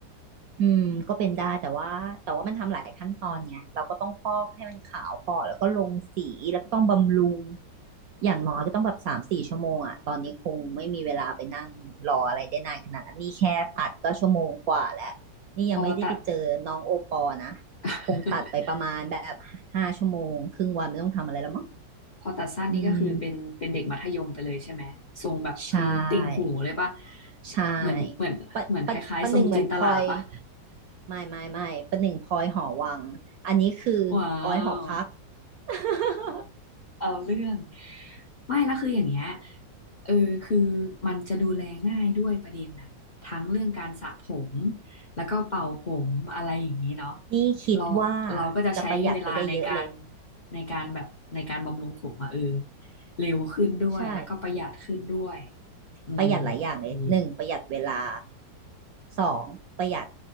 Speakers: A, on the right; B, on the left.
A: อืมก็เป็นได้แต่ว่าแต่ว่ามันทำหลายขั้นตอนไงเราก็ต้องฟอกให้มันขาวก่อนแล้วก็ลงสีแล้วก็ต้องบำรุงอย่างน้อยก็ต้องแบบสามสี่ชั่วโมงอ่ะตอนนี้คงไม่มีเวลาไปนั่งรออะไรได้นานขนาดนั้นนี่แค่ตัดก็ชั่วโมงกว่าแล้วนี่ยังไม่ได้ไปเจอน้องโอปอนะ
B: พอตัด <laughs>
A: คงตัดไปประมาณแบบห้าชั่วโมงครึ่งวันไม่ต้องทำอะไรแล้วมั้ง
B: พอตัดสั้นนี่ก็คือเป็นเป็นเด็กมัธยมไปเลยใช่ไหมทรงแบบคือติ่งหูเลยปะ
A: อืมใช่ ใช่
B: เหมือนเหมือนเหมือนคล้ายๆทรงจินตลาปะ
A: ปะปะประหนึ่งเหมือนพลอยไม่ไม่ไม่ประหนึ่งพลอยหอวังอันนี้คือ
B: <laughs> ว้า
A: ออยหอพัก
B: ว
A: <laughs>
B: เอาเรื่องไม่แล้วคืออย่างเงี้ยเออคือมันจะดูแลง่ายด้วยประเด็นน่ะทั้งเรื่องการสระผมแล้วก็เป่าผมอะไรอย่างนี้เนาะ
A: นี่คิดว่า
B: เราเราก็จะใช้เวลาในการ
A: จะประหยัดไปได้เยอะเลย
B: ในการแบบในการบำรุงผมมาเออเร็วขึ้นด้วยแล้วก็ประหยัดขึ้นด้วย
A: ใช่
B: อืม
A: ประหยัดหลายอย่างเลยหนึ่งประหยัดเวลา
B: ดี
A: สองประหยัด